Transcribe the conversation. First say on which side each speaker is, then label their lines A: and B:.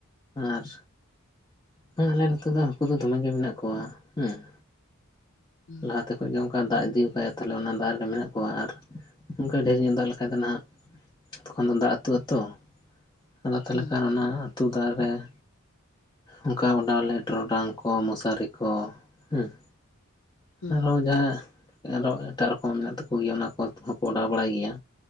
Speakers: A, on the left (about 20°); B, on the left (about 65°).
A: ᱟᱨ ᱦᱮᱸ ᱟᱞᱮ ᱱᱚᱛᱮ ᱫᱚ ᱦᱟᱠᱩ ᱫᱚ ᱫᱚᱢᱮ ᱜᱮ ᱢᱮᱱᱟᱜ ᱠᱚᱣᱟ ᱦᱮᱸ ᱾
B: ᱦᱩᱸ
A: ᱞᱟᱦᱟᱛᱮᱯ ᱚᱡᱚᱝᱠᱟ ᱫᱟᱜ ᱤᱫᱤ ᱠᱟᱭᱟ ᱛᱟᱞᱦᱮ ᱚᱱᱟ ᱫᱟᱜ ᱨᱮ ᱢᱮᱱᱟᱜ ᱠᱚᱣᱟ ᱟᱨ ᱚᱝᱠᱟ ᱰᱷᱮᱨ ᱧᱚᱜ ᱫᱟᱜ ᱞᱮᱠᱷᱟᱡ ᱫᱚ ᱱᱟᱦᱟᱜ ᱾ ᱛᱚᱠᱷᱚᱱ ᱫᱚ ᱫᱟᱜ ᱟᱹᱛᱩ ᱟᱹᱛᱩ ᱟᱫᱚ ᱛᱦᱟᱞᱮ
B: ᱦᱩᱸ
A: ᱠᱷᱟᱱ ᱚᱱᱟ ᱟᱹᱛᱩ ᱫᱟᱜ ᱨᱮ ᱾ ᱚᱱᱠᱟ ᱚᱰᱟᱣ ᱞᱮᱫ ᱴᱚᱨᱚᱰᱟᱝ ᱠᱚ ᱢᱚᱥᱟᱨᱤ ᱠᱚ ᱦᱩᱸ ᱾
B: ᱦᱩᱸ
A: ᱟᱨᱚ ᱡᱟᱦᱟᱸᱭ ᱾ ᱟᱫᱚ ᱟᱱᱮ ᱮᱴᱟᱜ ᱨᱚᱠᱚᱢ ᱢᱮᱱᱟᱜ ᱛᱟᱠᱚ ᱜᱮᱭᱟ ᱚᱱᱟ ᱠᱚ ᱦᱚᱠᱚ ᱚᱰᱟᱣ ᱵᱟᱲᱟᱭ ᱜᱮᱭᱟ